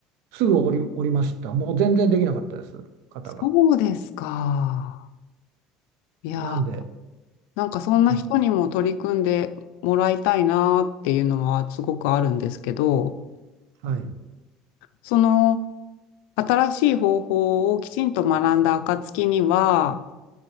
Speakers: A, on the right (about 75°); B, on the left (about 80°).
A: うすぐ降り、降りました。もう全然できなかったです、方が。
B: そうですか。いや、
A: なんで、
B: なんかそんな人にも取り組んでもらいたいなっていうのはすごくあるんですけど、
A: はい、はい、
B: その新しい方法をきちんと学んだ暁には、